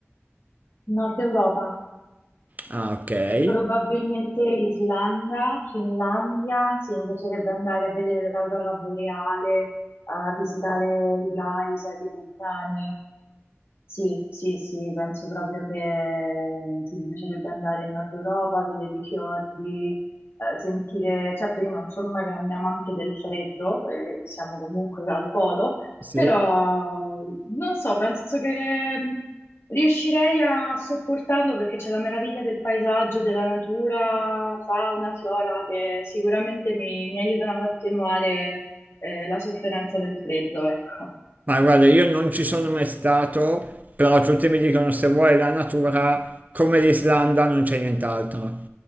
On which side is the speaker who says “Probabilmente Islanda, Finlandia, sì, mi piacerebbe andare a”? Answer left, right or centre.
Left